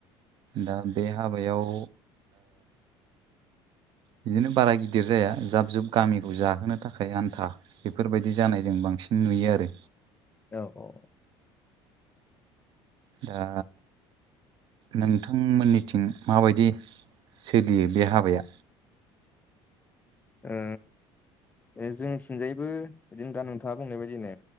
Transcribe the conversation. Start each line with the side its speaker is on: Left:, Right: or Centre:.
Right: दा बे हाबायाव बिदिनो बारा गिदिर जाया जाब जुब गामिखौ जाहोनो थाखाय आन्था बेफोरबायदि जानायजों बां सिन नुयो आरो
Left: औ औ
Right: दा नोंथांमोननिथिं माबायदि सोलियो बे हाबाया
Left: ओ ए जोंथिंनजायबो बिदिनो दा नोंथांङा बुंनाय बायदिनो